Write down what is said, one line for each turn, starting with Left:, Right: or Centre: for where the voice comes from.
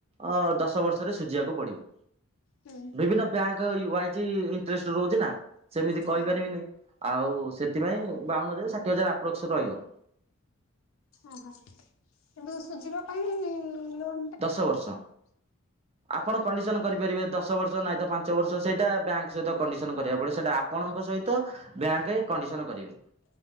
Right: ଅ ଦଶ ବର୍ଷରେ ସୁଜିବାକୁ ପଡିବ।
Left: ହୁଁ।
Right: ବିଭିନ୍ନ ବ୍ୟାଙ୍କ ଇ ୟାଇଜ ଇଣ୍ଟ୍ରେଷ୍ଟ ରହୁଚି ନା ସେମିତି କହିପାରିବିନି।
Left: ଓହୋ
Right: ଆଉ ସେଥିପାଇଁ ବାଉନ ହଜାର ଷାଠିଏ ହଜାର ଆପ୍ରୋକ୍ସ ରହିବ।
Left: ଓହୋ କିନ୍ତୁ ସୁଝିବା ପାଇଁ ଲୋନ
Right: ଦଶ ବର୍ଷ। ଆପଣ କଣ୍ଡିସନ କରିପାରିବେ ଦଶ ବର୍ଷ ନହିଁ ତ ପାଞ୍ଚ ବର୍ଷ ସେଇଟା ବ୍ୟାଙ୍କ ସହିତ କଣ୍ଡିସନ କରିବାକୁ ପଡିବ ସେଇଟା ଆପ୍ କଣଙ୍କ ସହିତ ବ୍ୟାଙ୍କରେ କଣ୍ଡିସନ କରିବେ।